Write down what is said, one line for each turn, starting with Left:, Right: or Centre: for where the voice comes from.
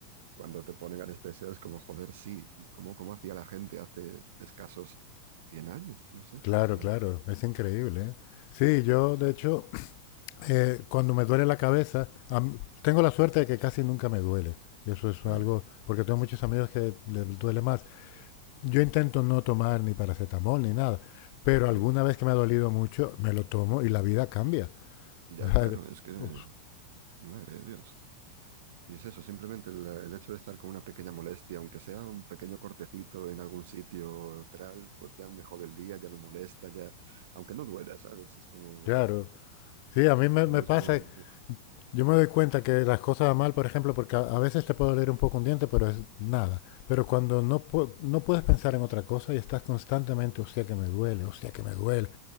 Right: cuando te ponen anestesia es como, joder, sí, como, como hacía la gente hace escasos 100 años, no sé,
Left: Claro,
Right: o sea,
Left: claro. Es increíble, ¿eh? Sí, yo
Right: uff,
Left: de hecho eh, cuando me duele la cabeza, am- tengo la suerte de que casi nunca me duele. Y eso es
Right: mm,
Left: algo, porque tengo muchos amigos que les duele más. Yo intento no tomar ni paracetamol ni nada, pero
Right: mm.
Left: alguna vez que me ha dolido mucho, me lo tomo y la vida cambia. <laughs>
Right: ya
Left: O sea,
Right: claro, es que,
Left: uf,
Right: madre de Dios. Y es eso, simplemente el, el, hecho de estar con una pequeña molestia, aunque sea un pequeño cortecito en algún sitio tal, pues ya me jode el día, ya me molesta, ya, aunque no duela, ¿sabes? Es como,
Left: claro. Sí, a mí me,
Right: Y lo
Left: me
Right: mismo,
Left: pasa,
Right: uf,
Left: yo me doy cuenta que las cosas van mal, por ejemplo, porque a, a veces te puede doler un poco un diente, pero es nada. Pero cuando no, pu- no puedes pensar en otra cosa y estás constantemente, hostia que me duele, hostia que me duele,